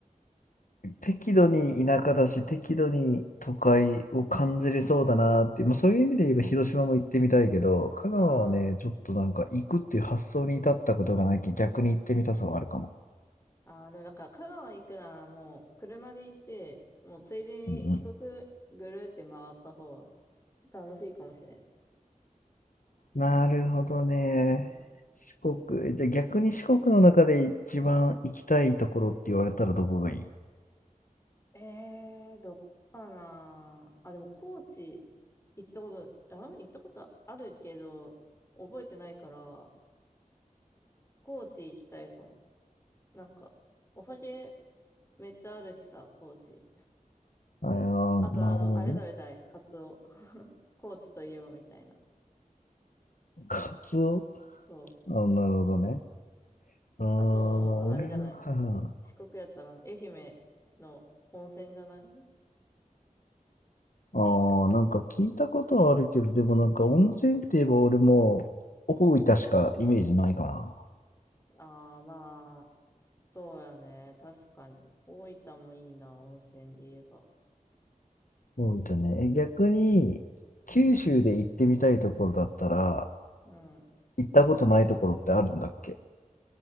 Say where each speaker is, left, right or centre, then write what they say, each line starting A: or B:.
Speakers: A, on the left (about 70°); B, on the left (about 20°).
A: 適度に田舎だし、適度に都会を感じれそうだなっていう、まあ、そういう意味で言えば広島も行ってみたいけど、香川はね、
B: あー
A: ちょっとなんか行くっていう発想に至ったことがないき、逆に行ってみたさはあるかも。
B: あー、でもなんか香川行くならもう車で行って、もうついでに四国ぐるって回った方
A: うんう
B: が楽しいかもしれん。
A: ん、なるほどね。
B: うん。
A: 四国、えじゃあ逆に四国の中で一番行きたいところって言われたらどこがいい
B: えー、どこかなあ、でも高知行ったこと、あ、行ったことあるけど、覚えてないから、高知行きたいかも。なんか、お酒めっちゃあるしさ、高知。
A: ああー、
B: あと、
A: なるほどね。
B: あの、あれ食べたい、カツオ。高知といえばみたいな。
A: カツオ
B: そう。
A: あ、なるほどね。ああ、
B: あと、
A: まあ俺は、
B: あれじゃない。
A: はいはい
B: 四国やったらあの、愛媛の温泉じゃない
A: ああ、なんか聞いたことはあるけど、でもなんか温泉って言えば俺も大分しかイメージないかな。
B: ああー、まあ、そうやね。確かに。大分もいいな、温泉で言えば。
A: 大分ね。え、逆に九州で行ってみたいところだったら、
B: うん。
A: 行ったことないところってあるんだっけ